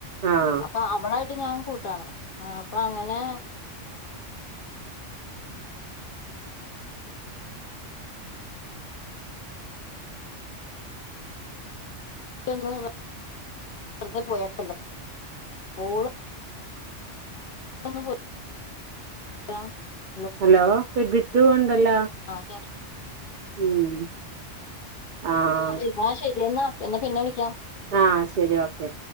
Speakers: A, on the right (about 55°); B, on the left (about 55°).
A: ആഹ്
B: അപ്പൊ അവളെ ഇപ്പ ഞാൻ കൂട്ടാണ് ആ അപ്പൊ അങ്ങനെ <unintelligible> വെറ്തെ പോയാ <unintelligible> ഓള് <unintelligible>
A: ഹലോ <unintelligible> <unintelligible> അല്ല
B: ആ കേക്ക
A: ഉം ആഹ്
B: <unintelligible> എന്നാ എന്ന പിന്നെ വിളിക്കാം
A: ആ ശരി ഓക്കെ